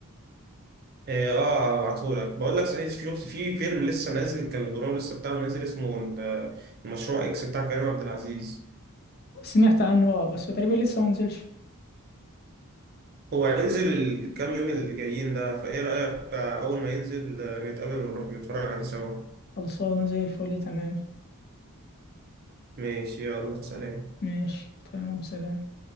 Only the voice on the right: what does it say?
إيه، اه هبعتهولك بقول لك صحيح في في فيلم لسه نازل كان البرنامج لسه بتاعه نازل اسمه ال- المشروع اكس بتاع كريم عبد العزيز
هو هينزل الكام يوم اللي جايين ده فايه رأيك أول ما ينزل آه، نتقابل ونروح نتفرج عليه سوا
ماشي يلا سلام